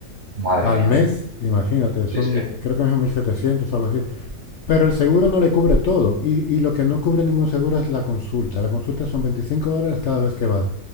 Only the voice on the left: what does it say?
al
mes. Imagínate,
son
creo que mismo 1.700 o algo así. Pero el seguro no le cubre todo. Y, y lo que no cubre ningún seguro es la consulta. La consulta son 25 dólares cada vez que vas.